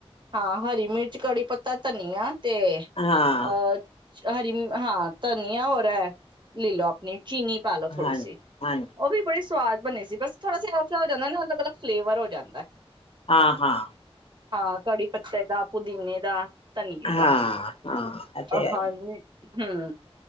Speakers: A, on the right; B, on the left.
A: ਹਾਂ ਹਰੀ ਮਿਰ ਕੜੀ ਪੱਤਾ ਧਨੀਆ ਤੇ
B: ਹਾਂ
A: ਅ ਹਰੀ ਹਾਂ ਧਨੀਆ ਹੋਰ ਹੈ ਲੈ ਲੋ ਆਪਣੀ ਚੀਨੀ ਪਾ ਲਓ ਥੋੜੀ
B: ਹਾਂਜੀ
A: ਸੀ
B: ਹਾਂਜੀ
A: ਉਹ ਵੀ ਬੜੀ ਸਵਾਦ ਬਣੇ ਸੀ ਬਸ ਥੋੜ੍ਹਾ ਸਾ ਅੱਛਾ ਹੋ ਜਾਂਦਾ ਨਾ ਅਲਗ ਅਲੱਗ ਫਲੇਵਰ ਹੋ ਜਾਂਦਾ ਹੈ
B: ਹਾਂ ਹਾਂ
A: ਹਾਂ, ਕੜੀ ਪੱਤੇ ਦਾ ਪੁਦੀਨੇ ਦਾ। ਤਨੀਏ ਦਾ‌।
B: ਹਾਂ ਹਾਂ ਇਹ ਤੇ
A: ਅ
B: ਹੈ
A: ਹ
B: ਹੀ
A: ਹੂੰ ‌